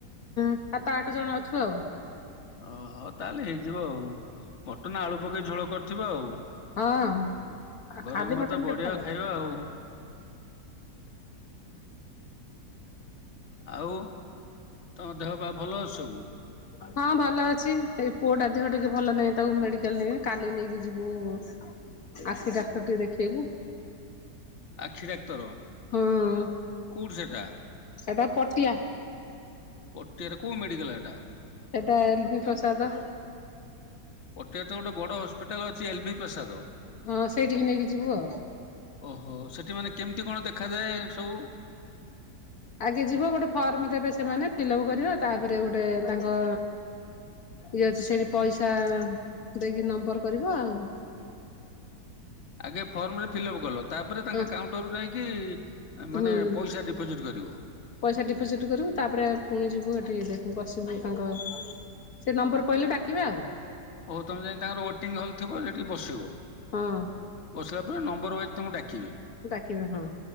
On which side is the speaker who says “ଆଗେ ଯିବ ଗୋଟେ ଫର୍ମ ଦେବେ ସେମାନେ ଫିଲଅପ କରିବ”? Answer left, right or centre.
Left